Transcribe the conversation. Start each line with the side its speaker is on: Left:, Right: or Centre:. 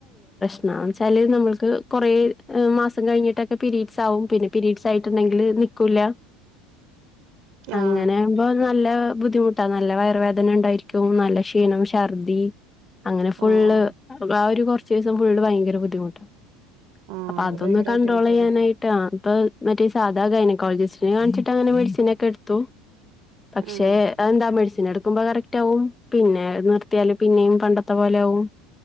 Left: എന്നാ വെച്ചാല് നമ്മൾക്ക് കുറേ മാസം കഴിഞ്ഞിട്ട പീരീഡ്സ് ആവും പിന്നെ പീരീഡ്സ് ആയിട്ട്ണ്ടെങ്കിൽ നിക്കൂല അങ്ങനെ
Right: ആഹ്
Left: ആകുമ്പോ നല്ല ബുദ്ധിമു നല്ല വയറ് വേദന ഉണ്ടായിരിക്കും നല്ല ക്ഷീണം ഛർദി അങ്ങനെ ഫുള്ള്
Right: ഓ ഓ
Left: ആ ഒരു കുറച്ച് ദിവസം ഫുള്ള് ഭയങ്കര ബുദ്ധിമുട്ട്
Right: ആഹ്
Left: അപ്പൊ
Right: അത്
Left: അതൊന്ന്
Right: ഭയങ്കര
Left: കണ്ട്രോൾ
Right: ബുദ്ധിമുട്ടന്നെ
Left: ചെയ്യാനായിട്ട ഇപ്പൊ മറ്റേ സാധാ ഗൈനക്കോളജിസ്റ്റിന് കാണിച്ചിട്ട് അങ്ങനെ മെഡിസിൻ ഒക്കെ എടുത്തു പക്ഷേ
Right: ഉം
Left: എന്താ മെഡിസിൻ എടുക്കുമ്പോ കറക്റ്റ് ആവും പിന്നെ നിർത്തിയാല് പിന്നെയും പണ്ടത്തെ പോലെ ആകും